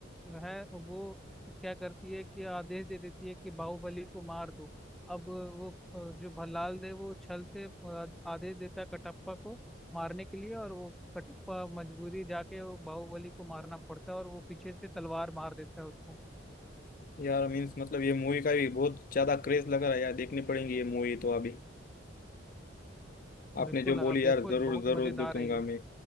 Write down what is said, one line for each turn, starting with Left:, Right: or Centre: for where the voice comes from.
Centre: है वो क्या करती है कि आदेश दे देती है कि बाहुबली को मार दो अब वो अ, जो भल्लाल देव वो छल से अ, आदेश देता है कटप्पा को मारने के लिए और वो कटप्पा मजबूरी जाके वो बाहुबली को मारना पड़ता है और वो पीछे से तलवार मार देता है उसको
Left: यार मीन्स मतलब ये मूवी का भी बहुत ज्यादा क्रेज लग रहा है यार देखनी पड़ेंगी ये मूवी तो अभी आपने
Centre: बिल्कुल
Left: जो बोली
Centre: आप देखो
Left: यार जरूर
Centre: बहुत
Left: जरूर
Centre: मजेदार
Left: देखूंगा
Centre: है ये
Left: मैं